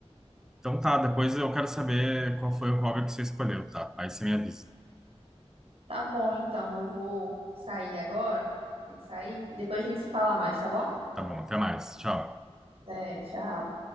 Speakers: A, in the centre; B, on the right.
A: Então tá, depois eu quero saber qual foi o hobby que você escolheu, tá? Aí você me avisa.
B: Tá bom, então. Eu vou sair agora. Tem que sair. Depois a gente se fala mais, tá bom?
A: Tá bom, até mais. Tchau.
B: É, tchau.